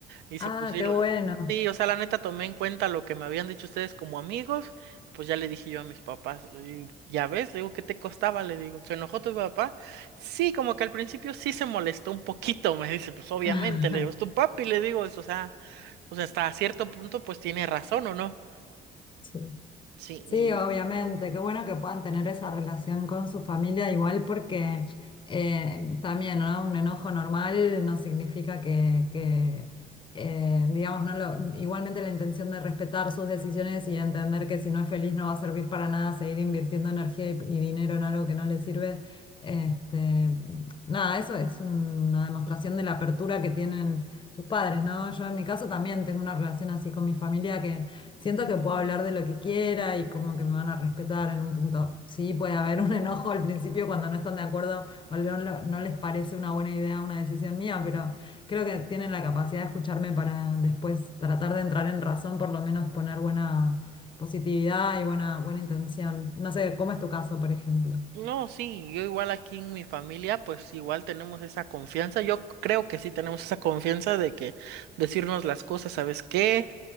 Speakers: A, on the right (about 80°); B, on the left (about 30°).
A: Dice,
B: Ah,
A: pues sí,
B: qué
A: la...
B: bueno.
A: sí, o sea, la neta tomé en cuenta lo que me habían dicho ustedes como amigos, pues ya le dije yo a mis papás, le digo, ya ves, le digo, ¿qué te costaba? Le digo, ¿se enojó tu papá? Sí, como que al principio sí se molestó un poquito, me dice, pues obviamente,
B: <laughs>
A: le digo, es tu papi, le digo, es, o sea, o sea, hasta cierto punto pues tiene razón, ¿o no?
B: Sí.
A: Sí,
B: Sí,
A: y
B: obviamente, qué bueno que puedan tener esa relación con su familia, igual porque eh, también, ¿no? Un enojo normal no significa que, que, eh, digamos, no lo- igualmente la intención de respetar sus decisiones y entender que si no es feliz no va a servir para nada seguir invirtiendo energía y, y dinero en algo que no le sirve. Este, nada, eso es una demostración de la apertura que tienen sus padres, ¿no? Yo en mi caso también tengo una relación así con mi familia Siento que puedo hablar de lo que quiera y como que me van a respetar en un punto. Sí, puede haber un enojo al principio cuando no están de acuerdo o no, lo- no les parece una buena idea una decisión mía, pero creo que tienen la capacidad de escucharme para después tratar de entrar en razón, por lo menos poner buena positividad y buena, buena intención. No sé, ¿cómo es tu caso, por ejemplo?
A: no, sí, yo igual aquí en mi familia, pues igual tenemos esa confianza. Yo creo que sí tenemos esa confianza de que decirnos las cosas, ¿sabes qué?